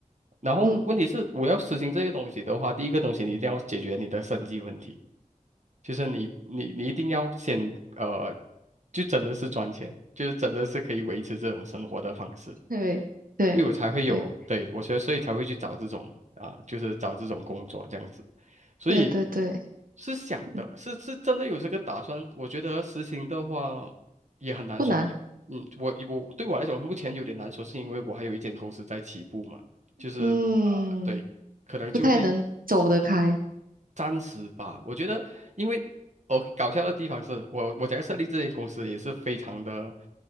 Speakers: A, on the right; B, on the right.
A: 然后问题是，
B: 嗯，
A: 我要实行这些东西的话，第一个东西你一定要解决你的生计问题，就是你你你一定要先呃，就真的是赚钱，就是真的是可以维持这种生活的方式。
B: 对对对
A: 因为我才会有，对，我觉得所以才会去找这种啊、就是找这种工作这样子，所以
B: 对对对，
A: 是想的，
B: 嗯，
A: 是是真的有这个打算。我觉得实行的话也很难说，
B: 不难，
A: 嗯，我我对我来讲目前有点难说，是因为我还有一间公司在起步嘛，就是呃，
B: 嗯，
A: 对，可能就会
B: 不太能走得开。
A: 暂时吧，我觉得，因为我搞笑的地方是我我要设立这间公司也是非常的